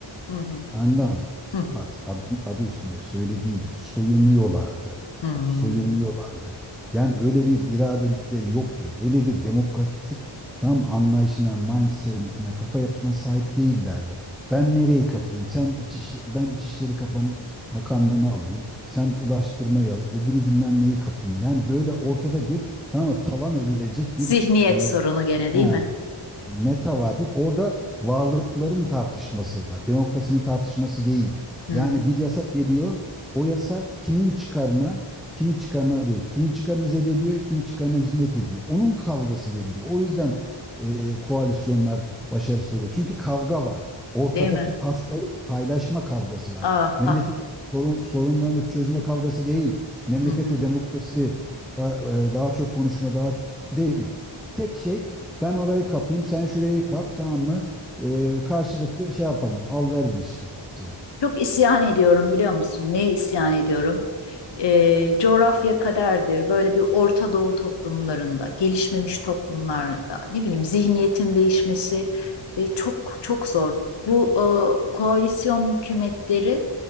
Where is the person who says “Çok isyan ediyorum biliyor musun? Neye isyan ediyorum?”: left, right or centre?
Left